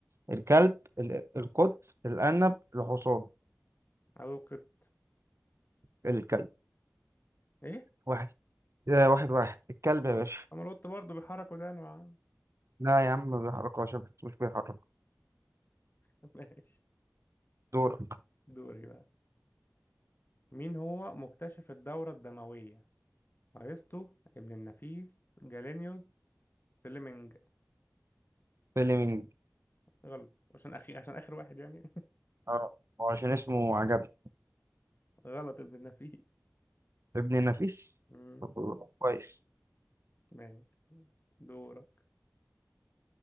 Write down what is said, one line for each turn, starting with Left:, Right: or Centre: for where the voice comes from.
Right: الكلب ال- القط الأرنب الحصان
Left: أو كنت
Right: الكلب
Left: إيه؟
Right: واحد آه واحد واحد الكلب
Left: طب
Right: يا
Left: ما
Right: باشا
Left: طب ما القط برضه بيحرك ودانه يا عم
Right: لا يا عم ما بيحركهاش مش بيحرك
Left: <laughs> ماشي
Right: دورك
Left: دوري بقى مين هو مكتشف الدورة الدموية؟ أرسطو ابن النفيس جالينيوس فليمنج
Right: فيلمينج
Left: غلط عشان أخي عشان آخر واحد يعني
Right: اه هو عشان اسمه عجبني
Left: <laughs> غلط ابن النفيس
Right: ابن النفيس
Left: مم.
Right: طب كويس
Left: ماشي دورك